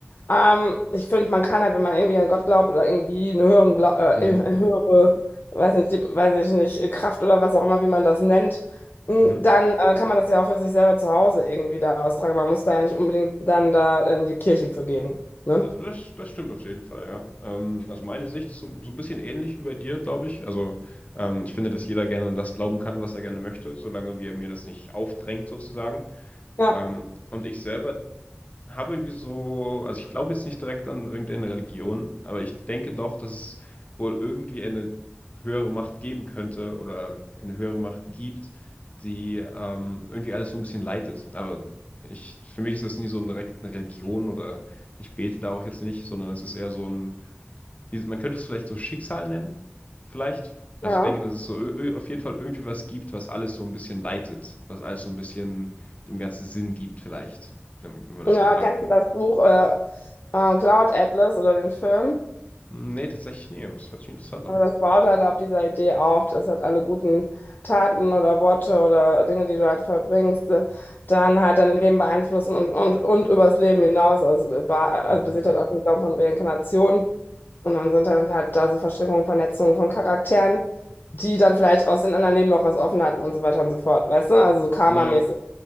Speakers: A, on the left; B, on the left.
A: ähm, ich finde, man kann halt, wenn man irgendwie an Gott glaubt oder irgendwie eine höhere, Gla-
B: mhm,
A: äh, eine
B: mhm,
A: höhere,
B: mhm.
A: weiß nicht, die, weiß ich nicht, Kraft oder was auch immer, wie man das nennt, m,
B: mhm.
A: dann äh, kann man das ja auch für sich selber zu Hause irgendwie da austragen. Man muss da ja nicht unbedingt dann da in die Kirche für gehen. Ne?
B: Das, das das stimmt auf jeden Fall, ja. Ähm, also meine Sicht ist so, so ein bisschen ähnlich wie bei dir, glaube ich. Also ähm, ich finde, dass jeder gerne an das glauben kann, was er gerne möchte, solange wir mir das nicht aufdrängt sozusagen.
A: Ja,
B: Ähm, und ich selber habe irgendwie so, also ich glaube jetzt nicht direkt an irgendeine Religion, aber ich denke doch, dass es wohl irgendwie eine höhere Macht geben könnte oder eine höhere Macht gibt, die ähm, irgendwie alles so ein bisschen leitet. Aber ich, für mich ist das nie so eine direkte Religion oder ich bete da auch jetzt nicht, sondern es ist eher so ein, wie- man könnte es vielleicht so Schicksal nennen, vielleicht. Also
A: ja.
B: ich denke, dass es so ö- ö- auf jeden Fall irgendwie was gibt, was alles so ein bisschen leitet, was alles so ein bisschen dem Ganzen Sinn gibt, vielleicht, wenn wenn man das
A: Ja,
B: so sagen
A: kennst
B: will.
A: du das Buch äh, äh, Cloud Atlas oder den Film?
B: Nee, tatsächlich nee, aber es hört sich interessant
A: Aber
B: an.
A: das baut halt auf dieser Idee auf, dass halt alle guten Taten oder Worte oder Dinge, die du halt vollbringst, äh, dann halt dein Leben beeinflussen und, und, und übers Leben hinaus. Also, äh, ba- also
B: Mhm,
A: basiert halt
B: mhm.
A: auf dem Glauben von Reinkarnation. Und dann sind dann halt da so Verstrickungen, Vernetzungen von Charakteren, die dann vielleicht aus den anderen Leben noch was offen hatten und so weiter und so fort. Weißt du? Also so karmamäßig.
B: Äh,